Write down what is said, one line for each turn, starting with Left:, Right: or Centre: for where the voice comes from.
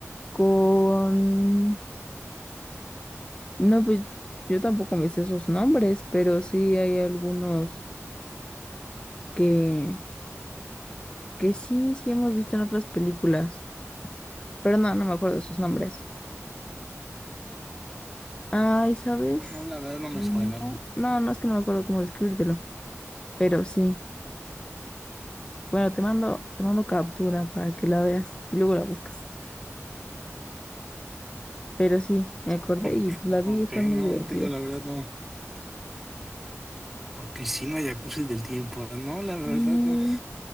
Left: con... No, pues yo tampoco me sé esos nombres, pero sí hay algunos que que sí, sí hemos visto en otras películas, pero no, no me acuerdo de sus nombres. Ay, ¿sabes?
Centre: No, la verdad no me
Left: No,
Centre: suena.
Left: no, no es que no me acuerdo cómo describírtelo, pero sí. Bueno, te mando, te mando captura para que la veas y luego la buscas. Pero sí, me acordé
Centre: <laughs>
Left: y pues la vi,
Centre: Ok,
Left: están
Centre: no,
Left: muy divertidas.
Centre: te digo, la verdad no. A piscina, jacuzzi del tiempo. No, la verdad
Left: sí
Centre: no.